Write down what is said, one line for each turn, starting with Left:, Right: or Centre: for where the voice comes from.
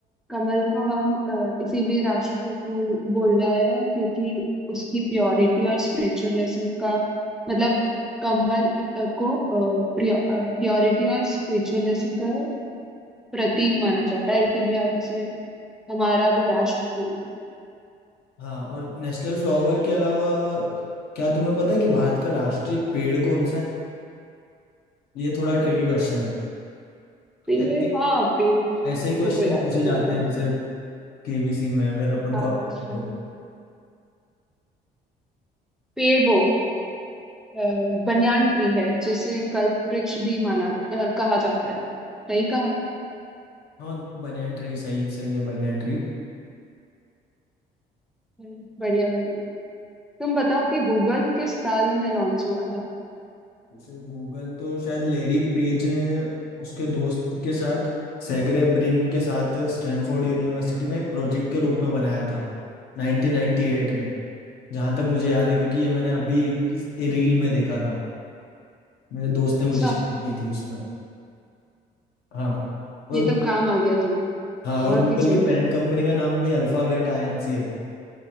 Centre: कमल को हम अ, इसीलिए राष्ट्र फूल बोल रहे हैं क्योंकि उसकी प्योरिटी और स्पिरिचुअलिज्म का मतलब कमल अ, को प्योरिटी और स्पिरिचुअलिज्म का प्रतीक माना जाता है इसीलिए हम उसे हमारा वो राष्ट्र फूल है
Left: हाँ और नेशनल फ्लावर के अलावा क्या तुम्हें पता है कि भारत का राष्ट्रीय पेड़ कौन सा है ये थोड़ा ट्रिकी क्वेश्चन है
Centre: तो
Left: क्योंकि
Centre: ये
Left: ऐसे
Centre: हाँ पेड़
Left: ऐसे ही क्वेश्चन
Centre: रुको याद
Left: पूछे
Centre: करिए
Left: जाते
Centre: दो
Left: हैं वैसे केबीसी में अगर अपन
Centre: हाँ
Left: को आता
Centre: हाँ
Left: है
Centre: हाँ।
Left: तो
Centre: पेड़ वो अ, बनियान ट्री है जिसे कल्प वृक्ष भी माना अ, कहा जाता है सही कहा
Left: हाँ बनियन ट्री सही सही है बनियन ट्री
Centre: हम्म, बढ़िया बढ़िया तुम बताओ कि गूगल किस साल में लॉन्च हुआ था
Left: जैसे गूगल तो शायद लेरी पेज ने उसके दोस्त के साथ सेगरे ब्रिन के साथ स्टैनफोर्ड यूनिवर्सिटी में एक प्रोजेक्ट के रूप में बनाया था 1998 में जहाँ तक मुझे याद है क्योंकि ये मैंने अभी एक किस रील में देखा था मेरे दोस्त ने
Centre: अच्छा
Left: मुझे शेयर की थी उसमें हाँ और
Centre: ये तो काम आ गया तुम्हें
Left: हाँ
Centre: बहुत
Left: और गूगल
Centre: ही सही
Left: की पेरेंट कंपनी का नाम भी अल्फाबेट आईएनसी है